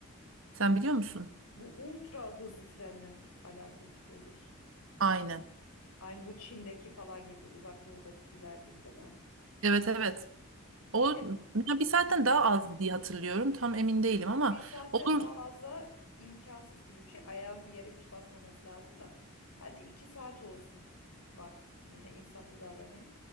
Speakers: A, on the right (about 65°); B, on the left (about 90°).
A: Sen biliyor musun?
B: Bu ultra hızlı trenle mi alakalı söylüyorsun.
A: Aynen.
B: Aynı bu Çin'deki falan gibi, uzak doğudakiler gibi değil mi?
A: Evet evet. O
B: Ya
A: ya bir saatten daha azdı diye hatırlıyorum. Tam emin değilim ama
B: bir saatten
A: olur.
B: daha aza imkansız gibi bir şey. Ayağının yere hiç basmaması lazım da. Hadi 2 saat olsun. Bak yine insaflı davranayım.